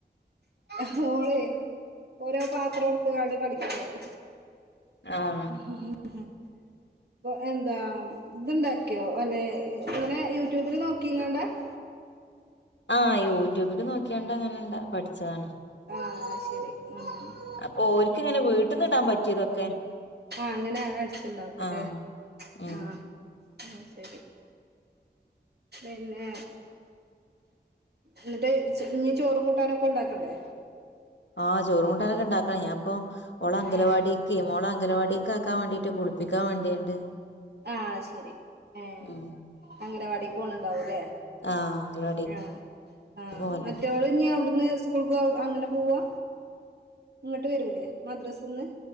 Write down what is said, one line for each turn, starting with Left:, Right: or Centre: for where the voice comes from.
Right: ഹ ഓളെ ഓരോ പാത്ര എടുത്താണ്ട് കളിക്കാണ്.
Left: ആഹ്
Right: ഹ് ഹ അപ്പൊ എന്താ ഇത്ണ്ടാക്കിയോ അന്നെ ഇങ്ങനെ യൂട്യൂബില് നോക്കിങ്ങണ്ടാ? <inaudible>
Left: ആഹ് യൂട്യൂബില് നോക്കിയണ്ടങ്ങനെ ഇണ്ട പഠിച്ചതാണ്.
Right: ആഹ് അത് ശരി ആഹ്
Left: അപ്പൊ ഓൽക്ക് ഇങ്ങനെ വീട്ട്ന്ന് ഇടാൻ പറ്റിയതൊക്കെ
Right: ആഹ അങ്ങനെ അടിച്ചണ്ടാക്കുംല്ലേ
Left: ആഹ് ഉം
Right: ആഹ ആ ശരി. പിന്നെ എന്നിട്ട് ഇനിീ ചോറും കൂട്ടാനൊക്കെ ഉണ്ടാക്കണ്ടേ
Left: ആഹ് ചോറുംൂണ്ടനൊക്കെ ഉണ്ടാക്കണം ഞാൻ ഇപ്പോ ഓള അംഗലവാടിക്ക്ഓള
Right: ആഹ്
Left: അംഗലവാട ഒക്കെ ആക്കാൻ വേണ്ടീട്ട് കുളപ്പിക്കാൻ വേണ്ടിയുണ്ട്
Right: ആഹ ശരി ഏ
Left: ഉം
Right: അങ്ങടെ വടിിക്കണ ഉണ്ടാവുംല്ലേ
Left: ആഹ് അംഗലവാടി
Right: ആഹ ആഹ്
Left: പോവലുണ്ട്
Right: മറ്റവള് ഇ അവിടുന്ന് സ്കൂൾ അങ്ങനെ പോവാ ഇങ്ങോട്ട് വരൂല്ലേ മദ്രാസ്ന്ന്